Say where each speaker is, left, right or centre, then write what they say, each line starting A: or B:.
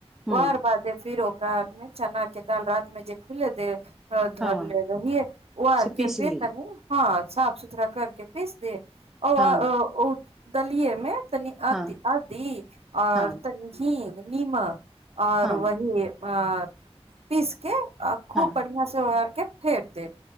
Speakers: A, in the centre; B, on the right.
A: हूँ
B: ओर बाद ओकरा चना के दाल रात मे जे फुले देब धरले
A: हँ
B: रहिए ओ आरके
A: से पीसली
B: फेर तनी हँ साफ सुथरा करके पीस दे <unintelligible>
A: हँ
B: गलिये मे तनी आदि
A: हँ
B: आदि आर
A: हँ
B: तनी घी ने निमक आर
A: हँ
B: बै आ पीसके आ खूब
A: हँ
B: बढ़ियां से हो आरके फेर देब